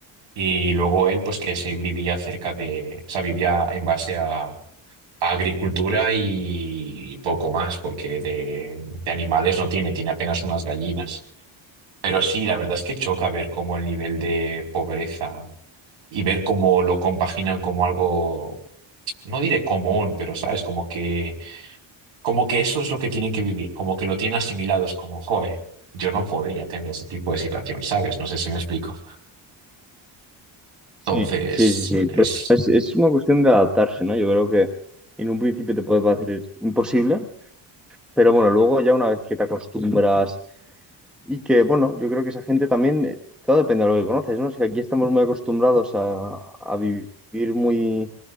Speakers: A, on the right; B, in the centre.
A: Y luego él, pues que se vivía cerca de, o sea, vivía en base a Agricultura y poco más, porque de, de animales no tiene, tiene apenas unas gallinas. Pero sí, la verdad es que choca ver cómo el nivel de pobreza y ver cómo lo compaginan como algo, no diré común, pero sabes, como que, como que eso es lo que tienen que vivir, como que lo tienen asimilados, como, joe, yo no podría tener ese tipo de situación, ¿sabes? No sé si me explico.
B: Sí.
A: Entonces,
B: Sí, sí, sí.
A: es
B: Pero es, es una cuestión de adaptarse, ¿no? Yo creo que en un principio te puede parecer imposible, pero bueno, luego ya una vez que te acostumbras y que, bueno, yo creo que esa gente también, eh, todo depende de lo que conoces, ¿no? Es que aquí estamos muy acostumbrados a, a vivir muy...